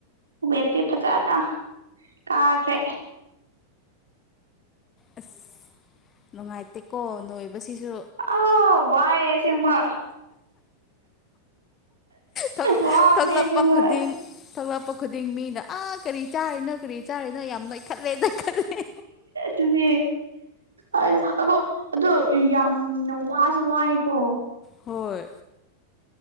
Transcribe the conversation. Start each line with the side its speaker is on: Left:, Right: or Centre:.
Right: ꯋꯦꯠꯇꯤ ꯐꯖꯅ ꯀꯥꯈ꯭ꯔꯦ
Left: ꯑꯁ ꯅꯨꯡꯉꯥꯏꯇꯀꯣ ꯅꯣꯏ ꯅꯣꯏꯕꯁꯤꯁꯨ
Right: ꯑ ꯋꯥꯌꯦ ꯑꯥꯁꯦꯡꯕ
Left: ꯊꯣꯛ
Right: ꯋꯥꯕꯅꯦ
Left: ꯊꯣꯛꯂꯛꯄ
Right: ꯑꯁꯦꯡꯕ
Left: ꯈꯨꯗꯤꯡ ꯊꯣꯛꯂꯛꯄ ꯃꯤꯅ ꯑꯥ ꯀꯔꯤ ꯆꯥꯏꯅ ꯀꯔꯤ ꯆꯥꯏꯅꯣꯌꯥꯝ ꯅꯣꯏꯈꯠꯂꯦꯅ ꯈꯜꯂꯦ
Right: ꯑꯗꯨꯅꯦ ꯑꯣ ꯑꯗꯣ ꯌꯥꯝꯅ ꯋꯥꯁꯨ ꯋꯥꯏꯌꯦꯀꯣ
Left: ꯍꯣꯏ